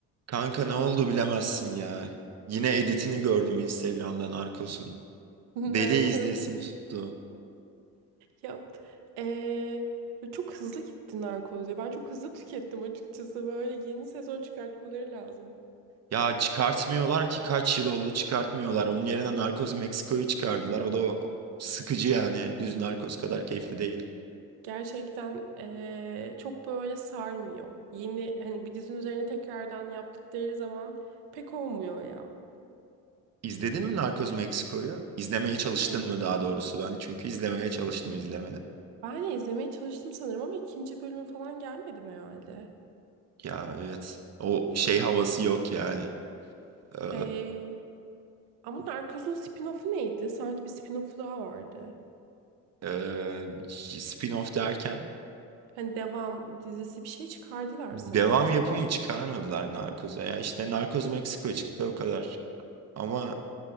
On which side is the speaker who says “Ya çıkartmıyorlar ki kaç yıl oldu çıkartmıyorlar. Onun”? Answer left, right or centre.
Right